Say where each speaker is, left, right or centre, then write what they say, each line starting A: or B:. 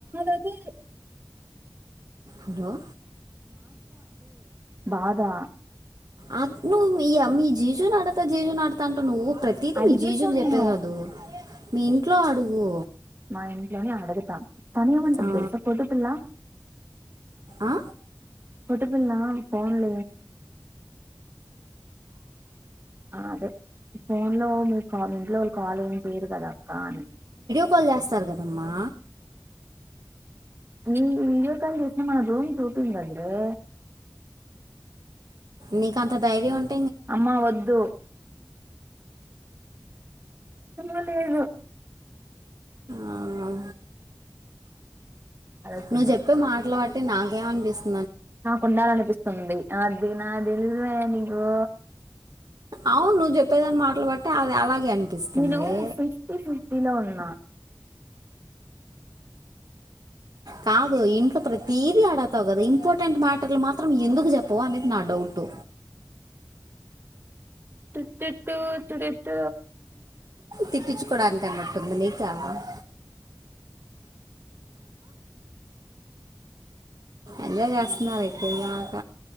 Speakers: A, on the right (about 30°); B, on the right (about 65°).
A: అది
B: హలో
A: బాదా
B: అ నువ్వు మీ జీషుని అడతా జీజు ఆడతా అంటా నువ్వు ప్రతిదీ
A: అడిగేసా
B: మీ జీజం చెప్పేది
A: నేను
B: కాదు మీ ఇంట్లో అడుగు
A: మా ఇంట్లోనే అడుగుతాం తనే ఏమంటంది
B: ఆ
A: తెలుసా పొద్దు పిల్ల
B: ఆ
A: కొదుపుల్ పోన్ల అదే ఫోన్ లో మీరు కా ఇంట్లో వాళ్ళు కాల్ ఏం చెయరు కదా అక్క అని
B: లు చేస్తారు కదమ్మా
A: ఈ వీడియో కాల్ చేసిన మన రూమ్ ూపింగ్ దగ్గరే
B: నీక అంత ధైర్యం ఉంట
A: అమ్మా వద్దు అ లేదు
B: ఆ
A: అరచుద్దాం
B: నువ్వు చెప్పే మాటలు బట్టి నాకేమ అనిపిస్తు
A: నాకుండాల అనిపిస్తుంది అది నా తెలిసు నీకు
B: అవు నువ్వు చెప్పేదాని మాట్లు పట్టే అది అలాగే అనిపిస్తుంది
A: నేను ఫిఫ్టీ ఫిఫ్టీ లో ఉన్నా
B: కాదు ఇంట్లో ప్రతి తీది ఆడతావు కదా ఇంపార్టెంట్ మ్యాటర్లు మాత్రం ఎందుకు చెప్పవు అనేది నా డౌట్
A: తుటిట్టు తుడిట్
B: తిప్పించుకోవడానికి అన్నట్టుంది నీకాబ ఎంట చేస్తున్నారు ఇతే నాక